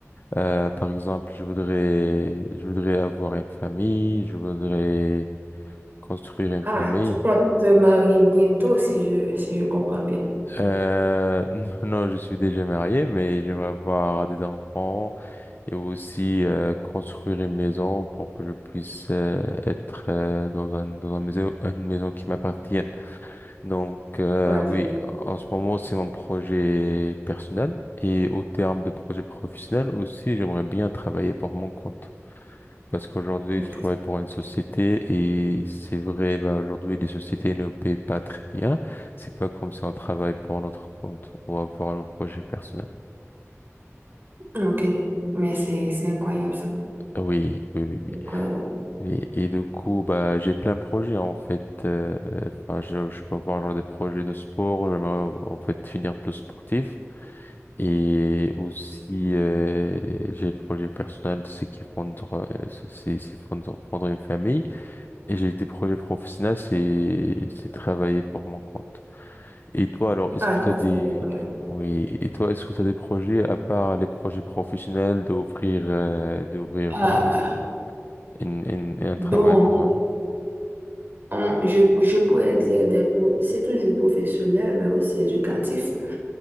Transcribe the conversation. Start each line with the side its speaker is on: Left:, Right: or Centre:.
Left: Euh, par exemple, je voudrais, je voudrais avoir une famille, je voudrais Construire une
Right: Ah,
Left: famille.
Right: Tu comptes te marier bientôt, si je, si je comprends bien.
Left: Euh, <laughs> non, je suis déjà marié, mais j'aimerais avoir des enfants et aussi euh, construire une maison pour que je puisse euh, être euh, dans un, dans un maison, une maison qui m'appartienne. Donc euh,
Right: ouais,
Left: oui,
Right: je vais
Left: en ce moment, c'est mon projet personnel et au terme de projet professionnel aussi, j'aimerais bien travailler pour mon compte. Parce qu'aujourd'hui,
Right: Ok.
Left: je travaille pour une société et c'est vrai, bah, aujourd'hui, les sociétés ne paient pas très bien. C'est pas comme si on travaille pour notre compte ou pour un projet personnel.
Right: Ok, mais c'est, c'est incroyable ça.
Left: Ah Oui, oui, oui,
Right: C'est Incroyable.
Left: oui. Et, et du coup, bah, j'ai plein de projets, en fait. Euh, enfin, je, je peux avoir genre des projets de sport. J'aimerais, en fait, finir plus sportif. Et aussi, euh, j'ai le projet personnel, c'est qui fondre, euh, c'est c'est fondre, fondre une famille. Et j'ai des projets professionnels, c'est c'est travailler pour mon compte. Et toi, alors, est-ce
Right: Ah,
Left: que tu
Right: ça,
Left: as des
Right: c'est incroyable.
Left: oui, et toi, est-ce que tu as des projets à part les projets professionnels d'offrir euh, d'ouvrir
Right: Ah,
Left: euh, une, une- un
Right: donc.
Left: travail pour toi-même?
Right: on- je, je pourrais dire des, pro- c'est toujours professionnel, mais aussi éducatif.